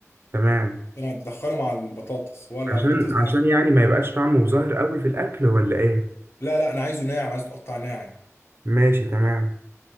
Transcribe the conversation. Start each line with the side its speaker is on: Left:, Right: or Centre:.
Right: تمام
Left: يعني هتدخله مع البطاطس ولا
Right: عشان
Left: البطاطس
Right: عشان
Left: ده
Right: يعني ما يبقاش طعمه ظاهر قوي في الاكل ولا ايه
Left: لا لا انا عايزه ناعم عايزه تقطع ناعم
Right: ماشي تمام